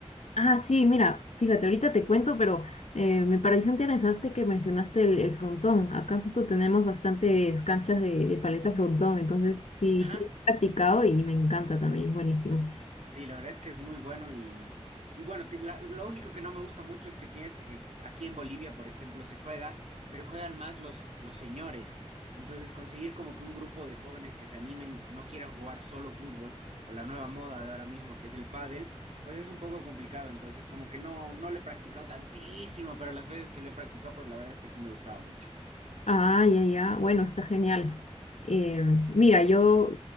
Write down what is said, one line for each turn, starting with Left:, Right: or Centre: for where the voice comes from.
Left: Ah, sí, mira, fíjate, ahorita te cuento, pero eh, me pareció interesante que mencionaste el, el frontón. Acá justo tenemos bastantes canchas de, de paleta frontón, entonces sí,
Right: Ajá,
Left: sí, he practicado y me encanta también, es buenísimo.
Right: sí, la verdad es que es muy bueno y, y bueno, te- la- lo único que no me gusta mucho es que tienes que, aquí en Bolivia, por ejemplo, se juega, pero juegan más los, los señores. Entonces, conseguir como que un grupo de jóvenes que se animen y no quieran jugar solo fútbol o la nueva moda de ahora mismo, que es el pádel, pues es un poco complicado. Entonces, como que no, no lo he practicado tantísimo, pero las veces que lo he practicado, pues la verdad es que sí me gustaba mucho.
Left: Ah, ya, ya. Bueno, está genial. Eh, mira, yo